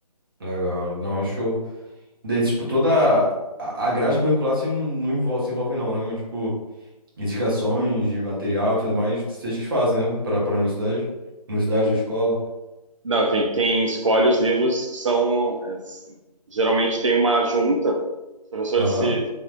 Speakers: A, on the right (about 35°); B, on the right (about 50°).
A: Legal, não, é show. Daí, tipo, toda a a grade curricular se não não envolve, se envolve não, né? Mas, tipo, indicações de material e tudo mais, vocês que fazem, né? Pra, pra universidade? Universidade, escola?
B: Não, quem, quem escolhe os livros são. é, geralmente tem uma junta, os professores
A: Aham,
B: se